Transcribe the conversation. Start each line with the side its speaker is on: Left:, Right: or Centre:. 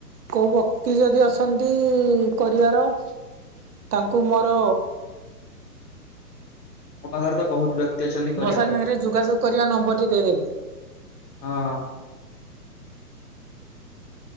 Right: କୋଉ ବକ୍ତି ଯଦି ଅଛନ୍ତି କରିବାର ତାଙ୍କୁ ମୋର
Left: ମୋ ପାଖରେ ତ ବହୁତ ବ୍ୟକ୍ତି ଅଛନ୍ତି କରିବା
Right: ମୋ ସାଙ୍ଗରେ
Left: ପାଇଁ।
Right: ଯୋଗାଯୋଗ କରିବା ନମ୍ବରଟି ଦେଇଦେବେ।
Left: ହଁ ହଁ।